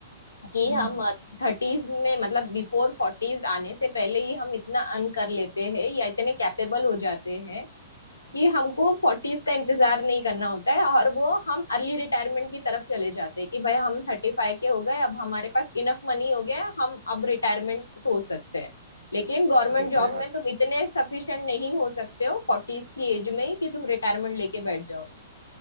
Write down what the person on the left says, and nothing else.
कि
हम थर्टीज में मतलब बिफोर फोर्टीज आने से पहले ही हम इतना अर्न कर लेते हैं या इतने कैपेबल हो जाते हैं कि हमको फोर्टीज का इंतजार नहीं करना होता है और वो हम अर्ली रिटायरमेंट की तरफ चले जाते हैं कि भाई हम थर्टी फाइव के हो गए अब हमारे पास इनफ मनी हो गया है हम अब रिटायरमेंट सोच सकते हैं लेकिन गवर्नमेंट
जॉब
में तुम इतने सफिशिएंट नहीं हो सकते हो फोर्टीज की एज में ही कि तुम रिटायरमेंट लेके बैठ जाओ